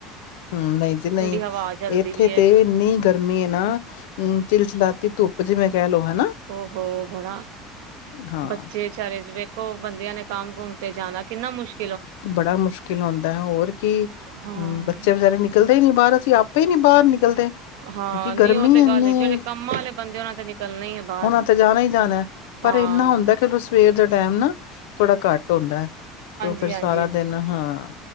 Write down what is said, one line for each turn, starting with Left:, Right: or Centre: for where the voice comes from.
Left: ਹੂੰ, ਨਈ ਜੀ ਨਈ।
Right: ਹਵਾ ਚੱਲਦੀ
Left: ਇੱਥੇ
Right: ਵੀ ਹੈ
Left: ਤੇ ਇੰਨੀ ਗਰਮੀ ਏ ਨਾ ਹੂੰ, ਚਿਲਚਿਲਾਤੀ ਧੁੱਪ ਜਿਵੇਂ ਕਹਿ ਲਓ, ਹੈਨਾ।
Right: ਔ ਹੋ ਬੜਾ
Left: ਹਾਂ,
Right: ਬੱਚੇ ਚਾਰੇ ਚ ਵੇਖੋ ਬੰਦਿਆਂ ਨੇ ਕੰਮ ਕੁਮ ਤੇ ਜਾਣਾ ਕਿੰਨਾ ਮੁਸ਼
Left: ਬੜਾ ਮੁਸ਼ਕਿਲ ਆਉਂਦੈ ਹੋਰ ਕੀ,
Right: ਹਾਂ
Left: ਬੱਚੇ ਵਿਚਾਰੇ ਨਿਕਲ ਨਹੀਂ ਨਹੀਂ ਬਾਹਰ ਅਸੀਂ ਆਪੇ ਹੀ ਨਹੀਂ ਬਾਹਰ ਨਹੀਂ ਚਲਦੇ
Right: ਹਾਂ
Left: ਕਿਉਂਕਿ
Right: ਨਹੀਂ
Left: ਗਰਮੀ
Right: ਉਹ ਤੇ ਗੱਲ
Left: ਏਨੀ।
Right: ਹੈ ਜਿਹੜੇ ਕੰਮਾਂ ਵਾਲੇ ਬੰਦੇ ਉਹਨਾਂ ਤੇ ਨਿਕਲਣਾ ਹੀ ਹੈ ਬਾਹਰ
Left: ਉਹਨਾਂ ਨੂੰ ਤੇ ਜਾਣਾ ਈ ਜਾਣੈ ਪਰ
Right: ਹਾਂ
Left: ਇੰਨਾਂ ਹੁੰਦਾ ਕਿ ਲੌ ਸਵੇਰ ਦੇ ਟੈਮ ਨਾ ਥੋੜਾ ਘੱਟ <inaudible>
Right: ਜੀ ਹਾਂਜੀ।
Left: ਦਿਨ ਹਾਂ,